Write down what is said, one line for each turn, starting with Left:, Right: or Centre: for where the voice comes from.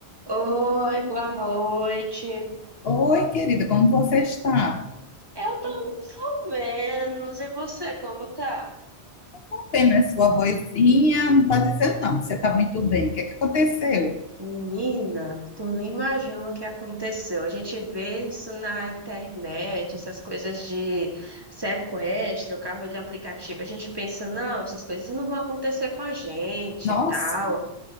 Right: Oi, boa noite.
Left: Oi, querida, como você está?
Right: Eu tô mais ou menos. E você, como tá?
Left: Não tem mais sua vozinha, não está dizendo não, que você está muito bem. O que é que aconteceu?
Right: Menina, tu não imagina o que aconteceu. A gente vê isso na internet, essas coisas de sequestro, carro de aplicativo. A gente pensa, não, essas coisas não vão acontecer com a gente
Left: Nossa,
Right: e tal.